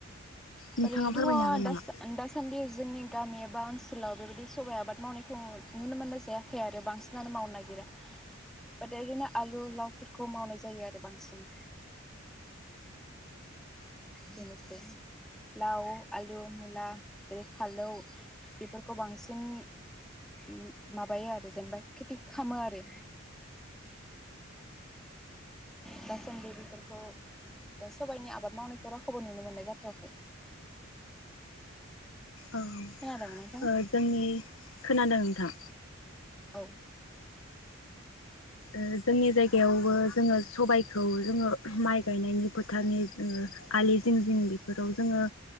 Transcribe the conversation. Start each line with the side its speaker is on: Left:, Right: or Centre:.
Left: नोंथाङा
Centre: ओरैनोथ'
Left: फोरमायनो हागोन
Centre: दासा-दासान्दि
Left: नामा?
Centre: जोंनि गामियाब बा ओनसोलाव बेबायदि सबाय आबाद मावनायखौ नु-नुनो मोननाय जायाखै आरो। बांसिनानो मावनो नागिरा ओदेरोना आलु, लावफोरखौ मावनाय जायो आरो बांसिन। बेनोसै लाव, आलु, मुला जरै फालौ बेफोरखौ बांसिन उम माबायो आरो जेनेबा खेथि खामो आरो। दासान्दि बेफोरखौ जों सबायनि आबाद मावनायखौ रावखौबो नुनो मोननाय जाथ'वाखै।
Left: औ
Centre: खोनादों नोंथां
Left: ओ जोंनि खोनादों नोंथां?
Centre: औ।
Left: ओ जोंनि जायगायावबो जोङो सबायखौ जोङो माइ गायनायनि फोथारनि जोङो आलि जिं जिं बिफोराव जोङो